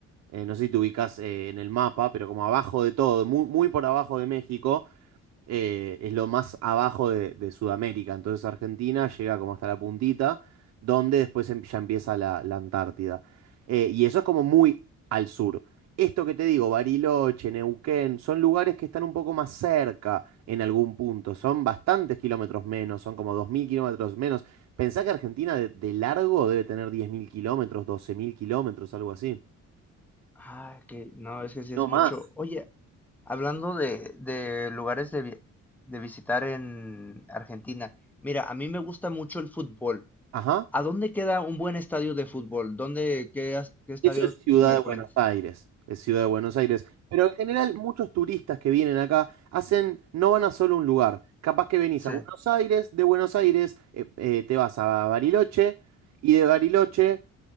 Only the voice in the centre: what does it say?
Ah, que no, es que sí
es mucho.
Oye, hablando de, de lugares de, vi- de visitar en Argentina, mira, a mí me gusta mucho el fútbol.
¿A dónde queda un buen estadio de fútbol? ¿Dónde, qué, as- qué estadio
me
recomiendas?
Sí.